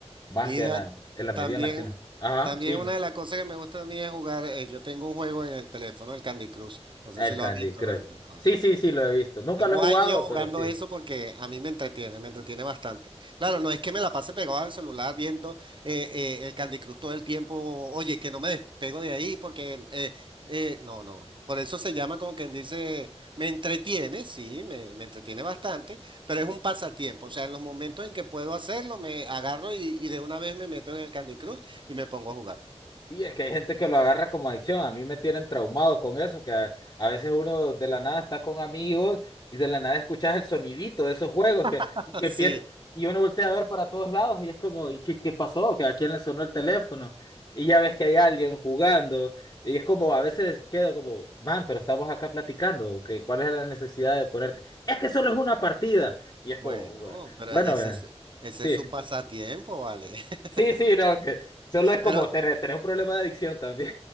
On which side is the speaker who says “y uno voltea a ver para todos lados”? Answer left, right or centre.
Left